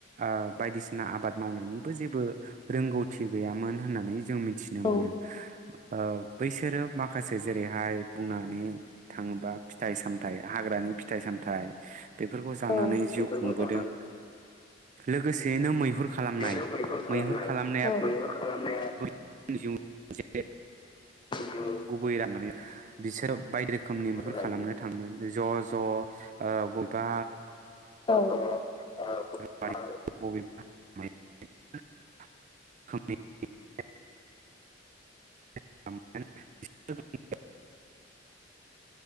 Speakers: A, on the right; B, on the left.
A: ओ बायदिसिना आबाद मावनायनि जेबो रोंगौथि गैयामोन होननानै जों मिथिनो
B: औ
A: मोनो ओ बैसोरो माखासे जेरैहाय बुंनानै थाङोबा फिथाइ सामथायाइ हाग्रानि फिथाइ सामथायाइ बेफोरखौ जानानै
B: औ
A: जिउ
B: बेफोरखौ
A: खुंबोदों
B: जानानै
A: लोगोसेयैनो मैहुर खालामनाय
B: बेनो खालामनाय
A: मैहुर खालामनाया
B: मैहुर खालामनाया
A: <unintelligible>
B: जिउ
A: गुबै राननानै बिसोरो बायदि रोखोमनि मैहुर
B: लायोमोन
A: खालामनो थाङोमोन ज ज ओ बबेबा
B: औ
A: <unintelligible>
B: आं
A: बबेबा <unintelligible> <unintelligible> <unintelligible>